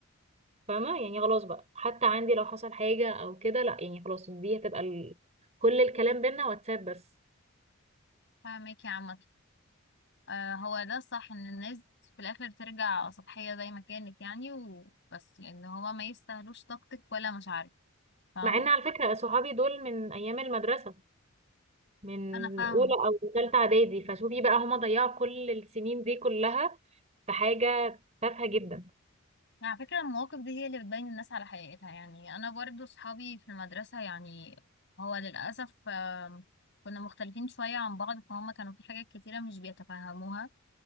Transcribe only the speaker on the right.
فاهمة يعني خلاص بقى حتى عندي لو حصل حاجة او كده لا يعني خلاص دي هتبقى ال... كل الكلام بينا واتساب بس
مع ان على فكرة صحابي دول من ايام المدرسة من
اولى او ثالثة اعدادي فشوفي بقى هما ضيعوا كل السنين دي كلها في حاجة تافهة جدا